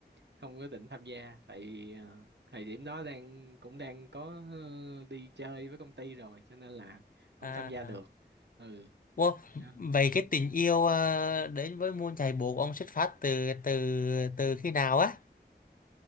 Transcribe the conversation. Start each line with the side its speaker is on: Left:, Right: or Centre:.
Right: không có định tham gia tại vì ờ, thời điểm đó đang cũng đang có ờ, đi chơi với công ty rồi cho nên là không
Left: À,
Right: tham gia được ừ
Left: wow.
Right: Dạ.
Left: Vậy cái tình yêu ờ, đến với môn chạy bộ của ông xuất phát từ từ từ khi nào á?